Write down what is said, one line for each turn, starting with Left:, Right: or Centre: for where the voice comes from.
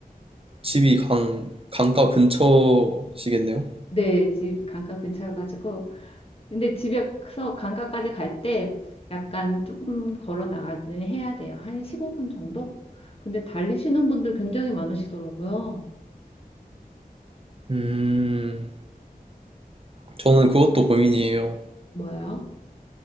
Right: 집이 강, 강가 근처시겠네요?
Left: 네, 집 강가 근처여가지고 근데 집에서 강가까지 갈 때 약간 조금 걸어 나가기는 해야 돼요. 한 15분 정도? 근데 달리시는 분들 굉장히 많으시더라고요.
Right: 음, 저는 그것도 고민이에요.
Left: 뭐요?